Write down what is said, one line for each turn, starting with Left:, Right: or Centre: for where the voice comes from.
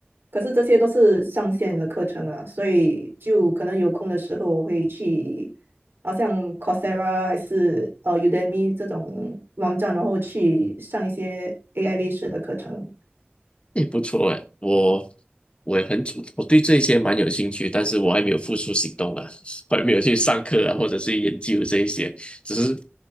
Right: 可是这些都是上线的课程啊，所以就可能有空的时候我会去，好像 Coursera 还是呃 Udemy 这种网站，然后去上一些 AI 类似的课程。
Left: 也不错哎，我我也很主，我对这些蛮有兴趣，但是我还没有付出行动啊，<laughs> 我还没有去上课啊，或者是研究这一些，只是